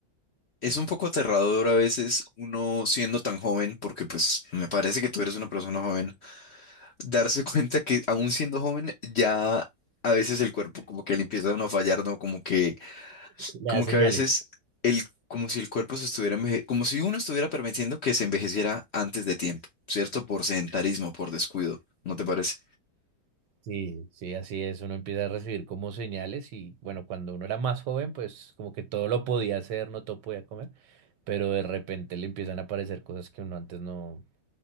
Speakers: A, on the left (about 55°); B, on the right (about 75°).
A: Es un poco aterrador a veces uno siendo tan joven, porque pues me parece que tú eres una persona joven, darse <laughs> cuenta que aún siendo joven ya a veces el cuerpo como que le empieza a uno a fallar, ¿no? Como que
B: Le
A: como
B: da señales.
A: que a veces el, como si el cuerpo se estuviera enveje- como si uno estuviera permitiendo que se envejeciera antes de tiempo, ¿cierto? Por sedentarismo, por descuido, ¿no te parece?
B: Sí, sí, así es. Uno empieza a recibir como señales y bueno, cuando uno era más joven, pues como que todo lo podía hacer, no todo podía comer, pero de repente le empiezan a aparecer cosas que uno antes no,